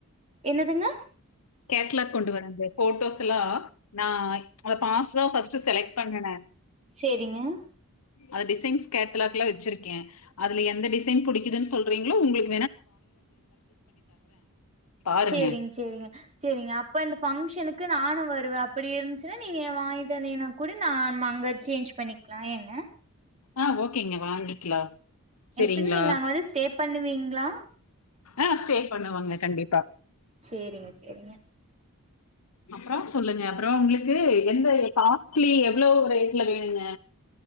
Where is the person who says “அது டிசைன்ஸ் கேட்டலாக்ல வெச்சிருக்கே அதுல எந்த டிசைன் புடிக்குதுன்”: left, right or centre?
Left